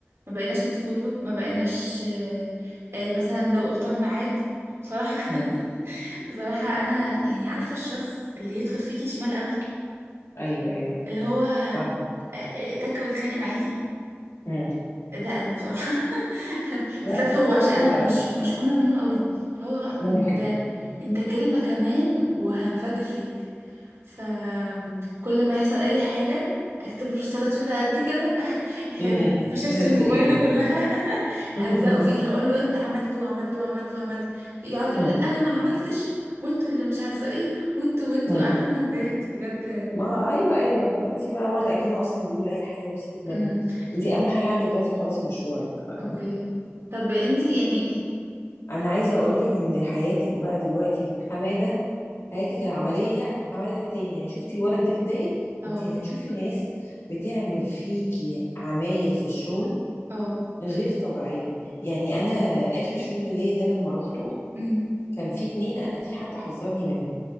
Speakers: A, on the right (about 75°); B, on the left (about 80°).
A: ما بقيناش نسكت له ما بقيناش آه، آه، مثلا لو اختار ميعاد بصراحة <laughs>
B: مم.
A: بصراحة أنا يعني عارفة الشخص اللي يدخل فيكي شمال قوي
B: ايوه ايوه
A: اللي هو آه،
B: فاهمه
A: آه، تك ويتخانق معاكي
B: مم.
A: ده أنا بصراحة <laughs>
B: لا
A: بالذات
B: بصي
A: هو عشان
B: هو
A: أنا مش مشحونة منه قوي اللي هو
B: ممكن
A: أنت أنت كلمة كمان وهنفجر فيك فكل ما يحصل اي حاجه اكتب له رساله طويله قد كده <laughs>
B: امم
A: بشاشه
B: تهزقي
A: الموبايل
B: فيها
A: كلها <laughs>
B: <laughs>
A: اهزقه فيها اقول له انت عملت وعملت وعملت وعملت يقعد يقول
B: مم.
A: انا ما عملتش وانتوا اللي مش عارفه ايه وانتوا وانتوا
B: مم.
A: عارفه الناس ديت بجد
B: ما ايوه ايوه انت بقى ولا اكنه اصلا بيقول اي حاجه وسيبك منه
A: امم
B: انت اهم حاجه عندك دلوقتي خلاص مشروعك فاهمة؟
A: اوكي طب انتي يعني
B: انا عايزه اقول لك ان حياتك بقى دلوقتي حماده حياتك العمليه حماده تاني يعني شفتي الولد ده اللي مضايقك
A: اه
B: انت هتشوفي ناس بتعمل فيكي عمايل في الشغل
A: اه
B: غير طبيعيه يعني انا اخر شغل ليا ده لما روحته
A: امم
B: كان في اتنين انا في حد حذرني منهم